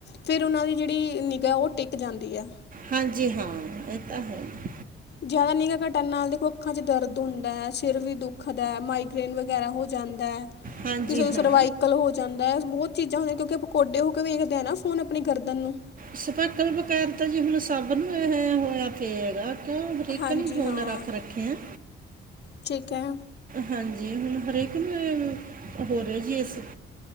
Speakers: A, on the left; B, on the right.
A: ਫੇਿਰ ਉਨਾਂ ਦੀ ਜਿੜੀ ਨਿਗਾਾ ਉਹ ਟਿੱਕ ਜਾਂਦੀ ਆ
B: ਹਾਂਜੀ ਹਾਂ ਏ ਤਾਂ ਹੈ ਈ।
A: ਜਾਦਾ ਨਿਗਾ ਘਟਣ ਨਾਲ ਦੇਖੋ ਅੱਖਾਂ 'ਚ ਦਰਦ ਹੁੰਦਾ ਸਿਰ ਵੀ ਦੁੱਖਦਾ ਮਾਈਗਰੇੇਨ ਵਗੈਰਾ ਹੋ ਜਾਂਦਾ।
B: ਹਾਂਜੀ
A: ਕਿਸੇ ਨੂੰ
B: ਹਾਂ
A: ਸਰਵਾਈਕਲ ਅੱਜ-ਕੱਲ ਹੋ ਜਾਂਦਾ, ਅੱਜ ਬੋਤ ਚੀਜ਼ਾਂ ਨੇ ਕਿਉਂਕਿ ਆਪਾਂ ਕੋਡੇ ਹੋ ਕੇ ਵੇਖਦੇ ਆ ਨਾ ਫੋਨ ਅਪਨੀ ਗਰਦਨ ਨੂੰ।
B: ਸਪੈਕਲ ਬਗੈਰ ਤਾਂ ਜੀ ਹੁਣ ਸਭ ਨੂੰ ਹੋਇਆ ਪਏ ਹੈਗਾ। ਕਿਯੋੰ ਹਰੇਕ
A: ਹਾਂਜੀ
B: ਨੇ ਫੋਨ
A: ਹਾਂ
B: ਰੱਖ ਰੱਖੇ ਐ।
A: ਠੀਕ ਐ।
B: ਹਾਂਜੀ ਹੁਣ ਹਰੇਕ ਨੂੰ ਐ ਹੋ ਰਿਹਾ ਜੀ ਇਸ